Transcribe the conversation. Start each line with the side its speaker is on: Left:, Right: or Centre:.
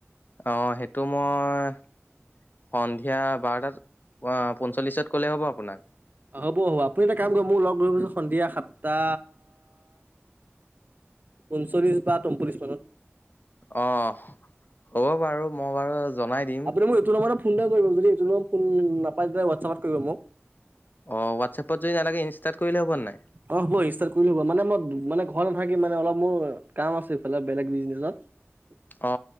Left: অঁ সেইটো মই সন্ধিয়া বাৰটাত পঞ্চল্লিশত ক'লে হ'ব আপোনাক?
Right: হ'ব হ'ব আপুনি এটা কাম কৰিব মোক লগ ধৰিবছোন সন্ধিয়া সাতটা পঞ্চল্লিশ বা তমপল্লিশ মানত।
Left: অ হ'ব বাৰু মই বাৰু, জনাই দিম।
Right: আপুনি মোক এইটো নম্বৰ ফোন এটা কৰিব। যদি এইটো নম্ব ফোন নাপায় তেতিয়া হোৱাটচএপত কৰিব মোক।
Left: অ হোৱাটচএপত যদি নালাগে, ইনষ্টাৰ্ট কৰিলে হ'ব নাই?
Right: অ হ'ব ইষ্টাৰ্ত কৰিলে হ'ব মানে মই মানে ঘৰ। ত থাকি মানে অলপ মোৰ কাম আছে। এইফালে বেলেগ বিজনেচত।
Left: অ